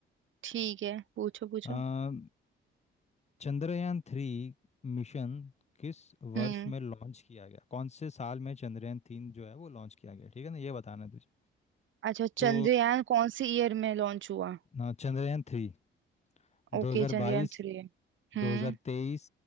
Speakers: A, on the right; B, on the left.
A: ठीक है पूछो पूछो
B: है चंद्रयान थ्री मिशन किस
A: हम्म
B: वर्ष में लॉन्च किया गया कौन से साल में चंद्रयान तीन जो है वो लॉन्च किया गया ठीक है ना ये बताना है तुझे
A: अच्छा
B: तो
A: चंद्रयान कौन से ईयर में लॉन्च हुआ
B: ना, चंद्रयान थ्री 2022
A: Okay Chandrayaan three
B: 2023
A: हम्म